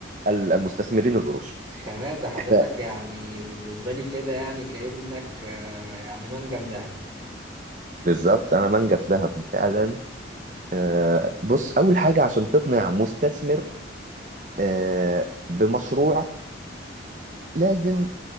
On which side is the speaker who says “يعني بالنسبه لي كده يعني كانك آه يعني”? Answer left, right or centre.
Right